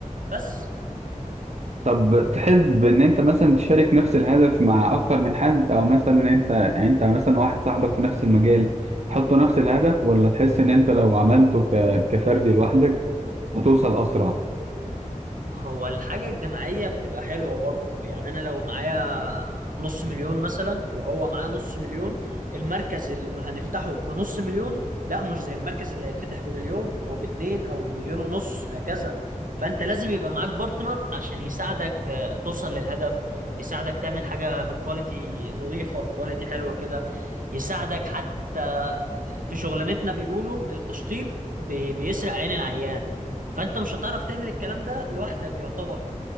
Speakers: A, on the right; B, on the right.
A: بس
B: طب تحب ان انت مثلا تشارك نفس الهدف مع اكتر من حد او مثلا ان انت يعني انت مثلا واحد صاحبك في نفس المجال تحطوا نفس الهدف ولا تحس ان انت لو عملته ك... كفردي لوحدك هتوصل اسرع
A: هو الحاجة الجماعية بتبقى حلوة برضه يعني أنا لو معايا نص مليون مثلا وهو معاه نص مليون المركز اللي هنفتحه بنص مليون لا مش زي المركز اللي هيتفتح بمليون أو باتنين أو بمليون ونص هكذا فأنت لازم يبقى معاك بارتنر عشان يساعدك آه، توصل للهدف يساعدك تعمل حاجة بكواليتي نظيفة كواليتي حلوة كده يساعدك حتى آه، في شغلانتنا بيقولوا التشطيب بي- بيسرق عين العيان فانت مش هتعرف تعمل الكلام ده لوحدك يعتبر